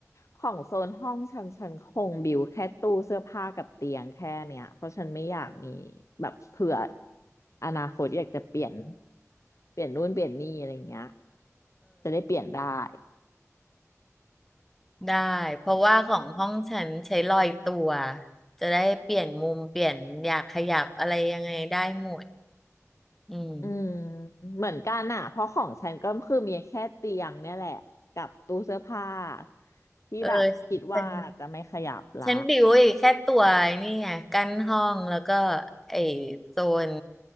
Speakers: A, on the left (about 65°); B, in the centre.
A: ของโซนห้องชั้นชั้นคงบิวแค่ตู้เสื้อผ้ากับเตียงแค่เนี้ยเพราะฉันไม่อยากมีแบบเผื่ออนาคตอยากจะเปลี่ยนเปลี่ยนนู่นเปลี่ยนนี่อะไรอย่างเงี้ยจะได้เปลี่ยนได้
B: ได้เพราะว่าของห้องฉันใช้ลอยตัวจะได้เปลี่ยนมุมเปลี่ยนอยากขยับอะไรยังไงได้หมดอืม
A: อืมเหมือนกันอ่ะเพราะของฉันก็คือมีแค่เตียงเนี่ยแหละกับตู้เสื้อผ้าที่แบบคิดว่าจะไม่ขยับละ
B: เออฉันฉันบิวไอ้แค่ตัวไอ้นี่ไงกั้นห้องแล้วก็ไอ้โซน